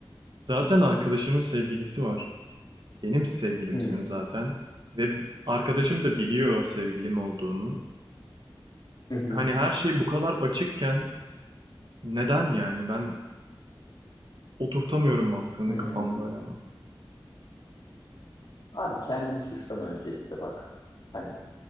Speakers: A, on the right; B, on the left.
A: Zaten arkadaşımın sevgilisi var. Benim sevgilimsin
B: Hmm,
A: zaten. Ve arkadaşım da biliyor sevgilim olduğunu.
B: Hı hı.
A: Hani her şey bu kadar açıkken neden yani? Ben oturtamıyorum mantığını
B: Hmm.
A: kafamda ya.
B: Abi kendini suçlama öncelikle bak. Hani